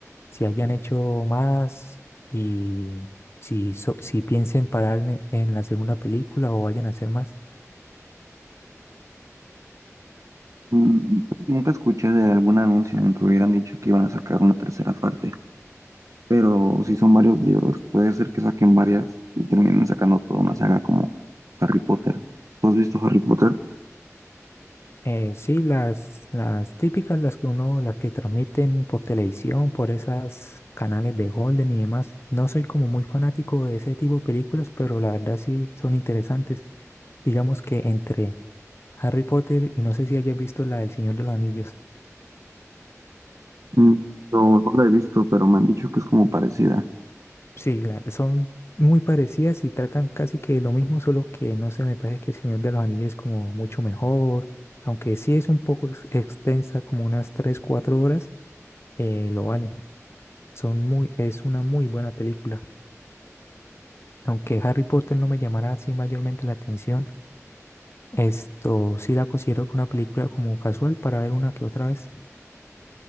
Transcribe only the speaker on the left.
si hayan hecho más y si, so- si piensen parar en, en la segunda película o vayan a hacer más.
Eh, sí, las, las típicas, las que uno, las que transmiten por televisión, por esas canales de Golden y demás. No soy como muy fanático de ese tipo de películas, pero la verdad sí son interesantes. Digamos que entre Harry Potter y no sé si hayas visto la del Señor de los Anillos.
Sí, la- son muy parecidas y tratan casi que lo mismo, solo que no sé, me parece que El Señor de los Anillos es como mucho mejor, aunque sí es un poco ex- extensa, como unas 3 4 horas, eh, lo vale. Son muy, es una muy buena película. Aunque Harry Potter no me llamará así mayormente la atención, esto sí la considero que una película como casual para ver una que otra vez.